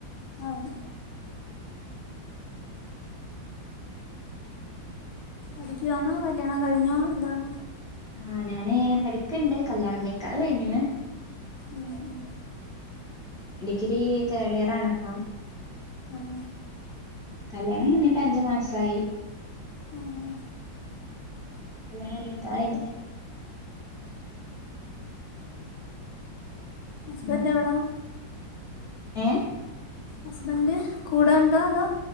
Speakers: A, on the left; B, in the centre.
A: ആന്ന്. പഠിക്ക്യുവാന്നോ കല്ല്യാണം കഴിഞ്ഞോ എന്താണ്?
B: ആഹ് ഞാന് പഠിക്ക്ണ്ട് കല്യാണ നിക്കാഹ് കഴിഞ്ഞ്ണ്.
A: ഉം ഉം
B: ഡിഗ്രി തേർഡിയറാണിപ്പം.
A: ഉം
B: കല്ല്യാണം കഴിഞ്ഞിട്ട് അഞ്ച് മാസായി.
A: ഉം ഉം
B: കല്യാണല്ല നിക്കാഹയ്ഞ്ഞ്ട്ട്.
A: ഹസ്ബൻഡെവടാ?
B: ഉം ഏഹ്?
A: ഹസ്ബൻഡ് കൂടെ ഉണ്ടോ അതോ?